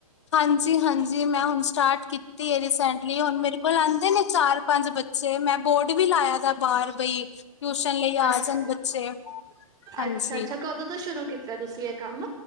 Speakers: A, on the left; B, on the right.
A: ਹਾਂਜੀ ਹਾਂਜੀ ਮੈਂ ਹੁਣ ਸਟਾਰਟ ਕੀਤੀ ਹੈ ਰੀਸੈਂਟਲੀ ਹੁਣ ਮੇਰੇ ਕੋਲ ਆਂਦੇ ਨੇ ਚਾਰ ਪੰਜ ਬੱ। ਚੇ ਮੈਂ ਬੋਰਡ ਵੀ ਲਾਇਆ ਦਾ ਬਾਹਰ ਬਈ। ਟਿਊਸ਼ਨ ਲਈ ਆ
B: ਅੱਛਾ,
A: ਜਾਣ ਬੱਚੇ, ਹਾਂਜੀ।
B: ਅੱਛਾ, ਅੱਛਾ ਕਦੋਂ ਤੋਂ ਸ਼ੁਰੂ ਕੀਤਾ ਤੁਸੀਂ ਇਹ ਕੰਮ?